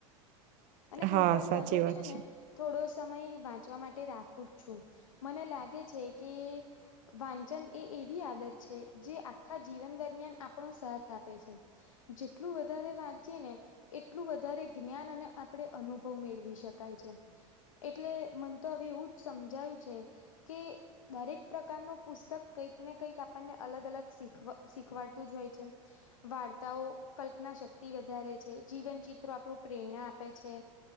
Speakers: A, on the left; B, on the right.
A: અને હું
B: હા
A: પણ
B: સાચી
A: દરરોજ
B: વાત
A: છે ને થોડો સમય વાંચવા માટે રાખું જ છું મને લાગે છે કે વાંચન એ એવી આદત છે જે આખા જીવન દરમિયાન આપણો સાથ આપે છે. જેટલું વધારે વાંચયે ને એટલું વધારે જ્ઞાન અને આપણે અનુભવ મેળવી શકાય છે એટલે મને તો હવે એવું જ સમજાય છે કે દરેક પ્રકાર નું પુસ્તક કંઈક ને કંઈક આપણને અલગ અલગ શીખ શીખવાડતું જ હોય છે. વાર્તાઓ કલ્પના શક્તિ વધારે છે, જીવન ચિત્રો આપણું પ્રેરણા આપે છે.